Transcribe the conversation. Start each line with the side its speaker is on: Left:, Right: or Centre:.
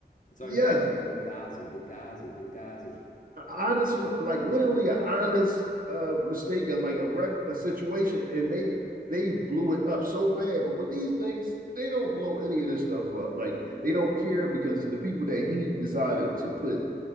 Left: That's all
Right: yes,
Left: you heard about was Benghazi, Benghazi, Benghazi.
Right: an honest,
Left: Yeah.
Right: like literally an honest uh, mistake, like a reg- a situation, and they they blew it up so bad. But with these things, they don't blow any of this stuff up. Like they don't care because it's the people that he decided to put